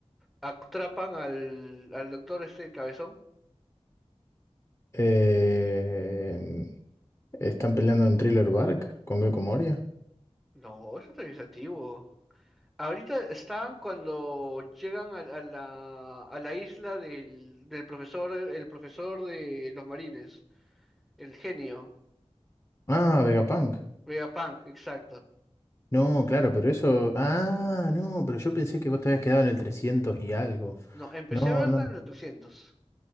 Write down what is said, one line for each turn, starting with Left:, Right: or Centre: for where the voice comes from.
Centre: atrapan al, al doctor este el cabezón.
Left: Eh, ¿están peleando en Thriller Bark con Gecko Moria?
Centre: No, eso también es antiguo. Ahorita están cuando llegan a, a la, a la isla del, del profesor, el profesor de los marines. El genio.
Left: Ah, Vegapunk.
Centre: Vegapunk, exacto.
Left: No, claro, pero eso. Ah, no, pero yo pensé que vos te habías quedado en el 300 y algo.
Centre: No, empecé
Left: No,
Centre: a verla
Left: no.
Centre: en el 300.